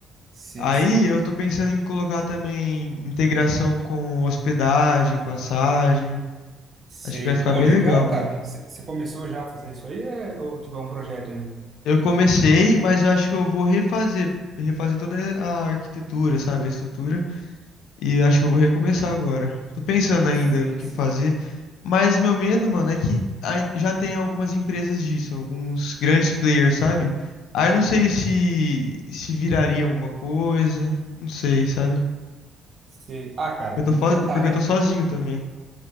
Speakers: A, on the right; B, on the left.
A: Sei,
B: Aí
A: sei.
B: eu tô pensando em colocar também integração com hospedagem, passagem.
A: Sei.
B: Acho que vai ficar
A: Pô,
B: bem
A: legal,
B: legal, mano.
A: cara. Você começou já a fazer isso aí, é, ou tipo, é um projeto ainda?
B: Eu comecei, mas eu acho que eu vou refazer, refazer toda a arquitetura, sabe, a estrutura. E acho que eu vou recomeçar agora. Tô pensando ainda
A: Sei,
B: o que
A: sei.
B: fazer, mas meu medo, mano, é que ai- já tem algumas empresas disso, alguns grandes players, sabe? Aí
A: Uhum.
B: não sei se se viraria alguma coisa, não sei, sabe?
A: Sei. Ah, cara,
B: Eu
A: tem
B: tô fo-
A: que tentar,
B: porque
A: né?
B: eu tô sozinho também.